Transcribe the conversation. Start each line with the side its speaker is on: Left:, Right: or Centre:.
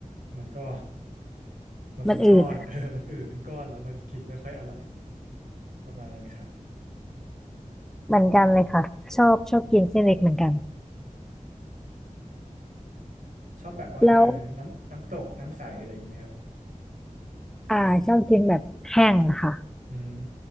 Right: มันก็มันเป็นก้อน
Centre: มันอืด
Right: <laughs> เออมันอืดเป็นก้อนแล้วมันกินไม่ค่อยอร่อยประมาณนั้นครับ
Centre: เหมือนกันเลยค่ะชอบชอบกินเส้นเล็กเหมือนกัน
Right: ชอบแบบว่าเออน้ำน้ำตกน้ำใสอะไรอย่างงี้ไหมครับ
Centre: แล้วอ่าชอบกินแบบแห้งอะค่ะ
Right: อืม